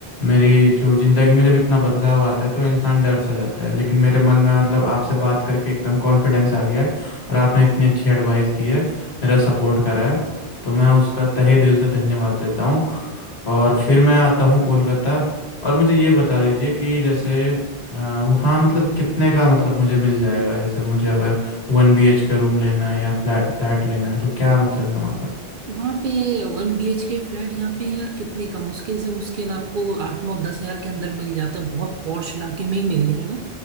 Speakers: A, on the left; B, on the right.
A: मेरी जो ज़िंदगी में जब इतना बदलाव आता है तो इंसान डर सा जाता है लेकिन मेरे मन में मतलब आपसे बात करके एकदम कॉन्फिडेंस आ गया है और आपने इतनी अच्छी एडवाइस दी है मेरा सपोर्ट करा है तो मैं उसका तहे दिल से धन्यवाद देता हूँ और फिर मैं आता हूँ कोलकाता और मुझे ये बता दीजिए कि जैसे अ, वहाँ मतलब कितने का मतलब मुझे मिल जाएगा जैसे मुझे अगर वन बी एच के रूम लेना है या फ्लैट फ्लैट लेना है तो क्या मतलब है वहाँ का
B: वहाँ पे वन बी एच के फ्लैट यहाँ पे यार कितने का मुश्किल से मुश्किल आपको आठ नौ दस हजार के अंदर मिल जाता है बहुत पॉश इलाके में ही मिल जाएगा